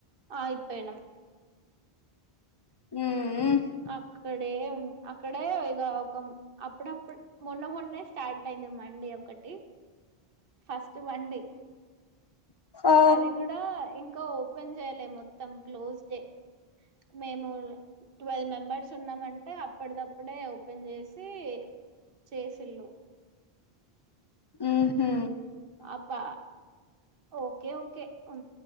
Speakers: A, on the right; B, on the left.
A: అగిపోయినాం
B: ఉమ్ ఉ
A: అక్కడే ఉ అక్కడే ఇగ ఒక అప్పుడప్పుడు మొన్న మొన్నే స్టార్టైంది మండీ ఒకటి ఫస్ట్ మండి
B: ఓ
A: అది కూ డా ఇంకా ఓపెన్ చేయలే మొత్తం క్లోజ్డే మేము ట్వెల్వ్ మెంబర్స్ ఉన్నామంటే అప్పడిదప్పుడే ఓపెన్ చేసి చేసిల్ళు
B: ఉహు
A: అపా ఓకే ఓకే ఉ